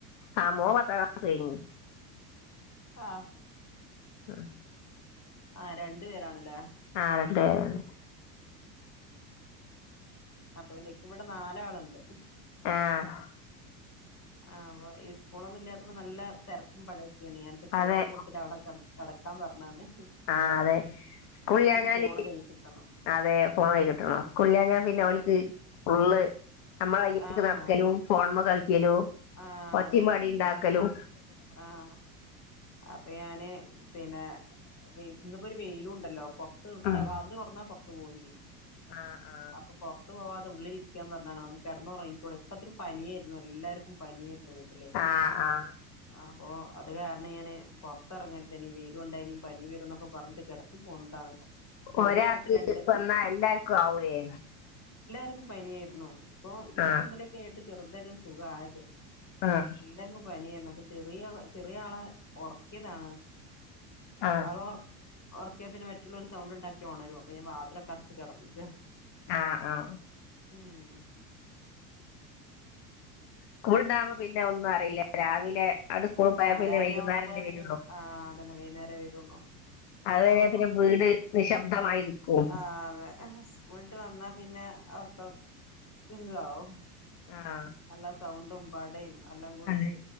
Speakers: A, on the left; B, on the left.
A: ആ മോൻ പത്താം ക്ലാസ്സ്‌ കഴിഞ്ഞ്
B: ആഹ്
A: ഉം
B: ആഹ് രണ്ടു പേരാണല്ലേ
A: ആഹ് രണ്ട് പേരാണ്
B: അപ്പൊ പിന്നെക്കിവടെ നാലാള്ണ്ട്
A: ആഹ്
B: ആ വൊ ഈ സ്കൂളൊന്നുല്ലാത്തപ്പോ നല്ല തെരക്കും പടെ കന്യാണ് പ്പ ചോറൊകെ
A: അതെ
B: കൊട്‌ത്തിട്ട് അവിടെ കടക്കാൻ പറഞാന്ന്
A: ആഹ് അതെ സ്കൂളില്ലാഞ്ഞാല്
B: ഫോണ് കൈ കിട്ടണം
A: അതെ ഫോണ് കയ്യ്കിട്ടണം സ്കൂളില്ലാഞ്ഞാ പിന്നെ
B: ആഹ്
A: ഓൽക് ഉള്ള് നമ്മള കയെപിടിച്ചു
B: ആഹ്
A: നടക്കലും ഫോൺമേ കളി കലോ
B: ആഹ്
A: ഒച്ചിം
B: അതെ
A: പടിം ണ്ടാക്കലും
B: ആഹ് അപ്പൊ ഞാന് പിന്നെ <unintelligible> വെയിലുണ്ടല്ലോ പുറത്ത് വിട്ട
A: ഉം
B: വാതില് തൊർന്ന പോ ത്ത് പോവേം ചെയ്യും
A: ആഹ് ആഹ്
B: അപ്പൊ പുറത്തു പോവാത ഉള്ളിൽ ഇരിക്കാൻ പറഞ്ഞാ കിടന്നുറങ്ങിക്കോളൂ ഒക്കത്തിനും പനിയായിരുന്നു എല്ലാർക്കും പനിയായിരുന്നു വി ട്ടില്
A: ആഹ് ആഹ്
B: അപ്പൊ അത് കാരണം ഞാന് പുറത്ത്റങ്ങരുതേന് വെയിലും കൊണ്ടാ യിനിം പനി വരും എന്നൊക്കെ പറഞ് കിടത്തി പോന്നതാണ് ചെറിയ
A: ഒരാൾക്ക്
B: ആൾക്ക് രണ്ട്
A: വന്നാ എല്ലാർക്കും ആവൂലേ
B: ക്കും പനിയായിരുന്നു ഇപ്പോ ഇന്ന്
A: ആഹ്
B: ഇന്നലെക്കായിട്ട് ചെ യിട്ട ഒരു സുഖായത്
A: ആഹ്
B: എല്ലാർക്കും പനിയെന്നു ചെറിയ ചെറിയ ആളെ ഉറക്കിയതാണ്
A: ആഹ്
B: <unintelligible> ഉറക്ക്യ പിന്നെ മറ്റുള്ളരു സൗണ്ട്ണ്ടാക്കിയാ ഉണരും അപ്പ ഞാൻ വാതിൽ അടച്ച് കിടക്ക
A: ആ ആ
B: ഉം <inaudible>
A: സ്കൂളുണ്ടാവകുമ്പോ പിന്നെ ഒന്നും അറിയില്ല രാവിലെ ആണ്ട് സ്കൂളിൽ പോയാ
B: ആ
A: പിന്നെ
B: രാവിലെ
A: വൈകുന്നേരല്ലേ
B: അങ്ങോട്ട് പോയപിന്നെ
A: വരുള്ളൂ
B: ആ അതെ വെയ്നേരം വേരുള്ളു പിന്നെ
A: അതുവരെ
B: നമക്കൊന്നു
A: വീട് നിശബ്ദമായി നിക്കും
B: ആ അതെ സ്കൂള് ട്ട് വന്നാ പിന്നെ അക്ക <unintelligible>
A: ആഹ്
B: നല്ലസൗണ്ടും പടയും എല്ലാം കൂടെ
A: അതെ
B: ഒരു